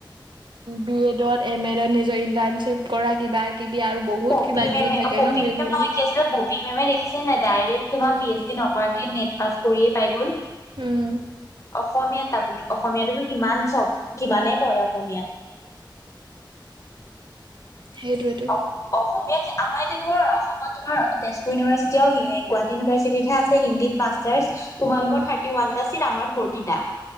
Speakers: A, on the right; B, on the left.
A: বি এডত এম এডত নিজৰ ইন্টাৰ্নশ্বিপ কৰা কিবা। কিবি আৰু বহুত
B: পপি
A: কিবা কিবি
B: মেমে
A: থাকে
B: পপি
A: ন সেইবোৰ
B: মেম নহয় কি আছিলে ববী মেমে দেখিছে নাই ডাইৰেক্ট তোমাৰ
A: উম
B: পি এইচ ডি নকৰাক এনেট পাছ কৰিয়ে পাই গ'ল।
A: উম
B: অসমীয়াত তাকো অসমীয়াাততো কিমান চব কিমানে কৰে অসমীয়াত- <inaudible>
A: সেইটোৱেতো
B: অ অসমীয়াত যে আমাৰ এতিয়া ধৰ অসমত তোমাৰ তেজপুৰ ইউনিভাৰ্চিটি- এতিয়া গুৱাহাটী ইউনিভাৰ্চিটিতহে আছে হিন্দত মাষ্টাৰ্চ তোমালোকৰ
A: উম
B: থাৰতিউন। আমাৰ ফৰটিতা